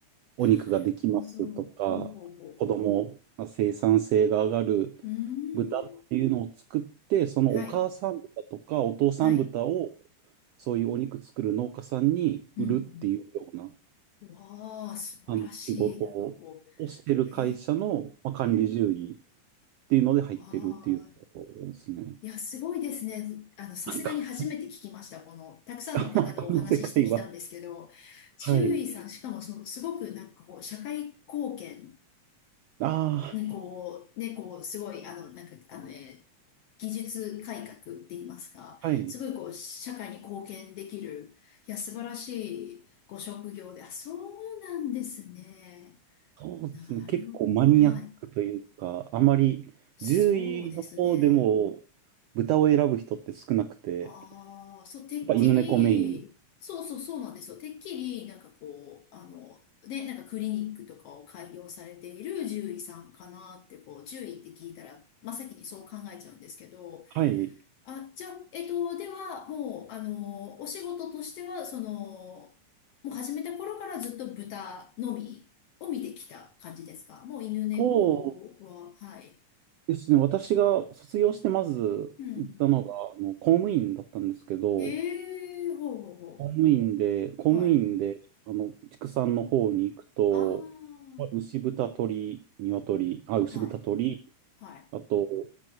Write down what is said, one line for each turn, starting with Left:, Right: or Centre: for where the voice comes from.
Right: お肉ができますとか、
Left: ああ、なるほど。ほうほうほうほ
Right: 子供、生産性が上がる
Left: う。うーん。
Right: 豚っていうのを作って、そのお母さん豚とかお父さん豚を
Left: はい、はい。
Right: そういうお肉作る農家さんに売るっていうような
Left: うん。うんわあ、素晴らしい。
Right: あの仕事を
Left: なんかこう、
Right: してる会社の、
Left: へ
Right: まあ、管理獣医っていうので入ってるっていうところですね。
Left: え。ああ、いや、すごいですね。あの、さすがに初めて聞きました。
Right: なんか、
Left: この、たくさんの方とお話ししてきたんですけど、
Right: <laughs> まあ、この世界は。はい。
Left: 獣医さん、しかもその、すごくなんかこう、社会貢献
Right: あ
Left: にこう、ね、こう、すごい、あの、なんか、あのね、技術改革って言いますか、
Right: あ、<laughs> はい。
Left: すごいこう、社会に貢献できる、いや、素晴らしいご職業で、あ、そうなんですね。
Right: そうですね。
Left: なるほど、
Right: 結構マニアックというか、
Left: はい。
Right: あまり獣医の方でも豚を選ぶ人って少なくて、
Left: そうですね。ああ、
Right: や
Left: そう、てっきり、
Right: っぱ犬猫メイン。
Left: そうそうそうなんですよ。てっきり、なんかこう、あの、で、なんかクリニックとかを開業されている獣医さんかなって、こう、獣医って聞いたら、真っ先にそう考えちゃうんですけど、
Right: はい。
Left: あ、じゃあ、えっと、では、もう、あの、お仕事としては、その、もう始めた頃からずっと豚のみを見てきた感じですかもう犬猫は、
Right: そ
Left: はい。
Right: うですね。私が卒業してまず行ったのが、
Left: うんうん。
Right: あの、公務員だったんですけど、
Left: ええほうほうほ
Right: 公務員で、公務員で、
Left: う。はい。
Right: あの、畜産の方に行くと、
Left: あ
Right: まあ牛豚鳥、鶏、あ、牛豚鳥、
Left: あ、はい、はい。
Right: あと、